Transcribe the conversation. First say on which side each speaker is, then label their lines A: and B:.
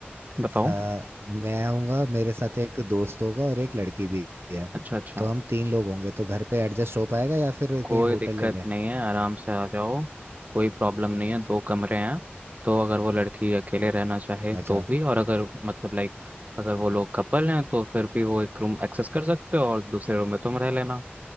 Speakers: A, on the right; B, on the right.
A: बताओ
B: अ, मैं आऊंगा मेरे साथ एक दोस्त होगा और एक लड़की भी है
A: अच्छा अच्छा
B: तो हम तीन लोग होंगे तो घर पे एडजस्ट हो पाएगा या फिर
A: कोई
B: कहीं होटल
A: दिक्कत
B: ले लें
A: नहीं है आराम से आ जाओ कोई प्रॉब्लम नहीं है दो कमरे हैं तो अगर वो लड़की अकेले रहना चाहे
B: अच्छा
A: तो भी और अगर मतलब लाइक अगर वो लोग कपल हैं तो फिर भी वो एक रूम एक्सेस कर सकते हो और दूसरे रूम में तुम रह लेना